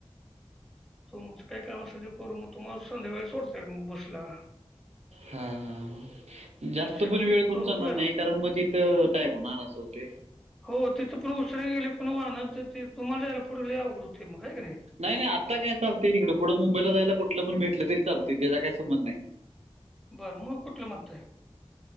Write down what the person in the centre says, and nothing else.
तुमच काय काम असेल ते करू मग तुम्हाला संध्याकाळी सोडता येल मग बसला.
मग शक्यतो
ब
हो तिथं पण उशिरा गेली पण वाहनच ते तुम्हाला जायला पुढ लई अवघड होते मग काय का नाही.
बरं मग कुठलं म्हणतय?